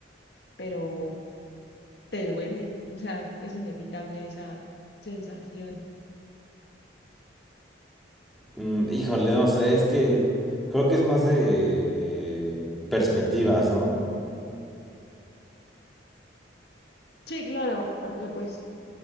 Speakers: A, on the left (about 60°); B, in the centre.
A: pero te duele, o sea, es inevitable esa sensación.
B: Mm, híjole, no sé, es que creo que es más de perspectivas, ¿no?
A: Sí, claro, porque pues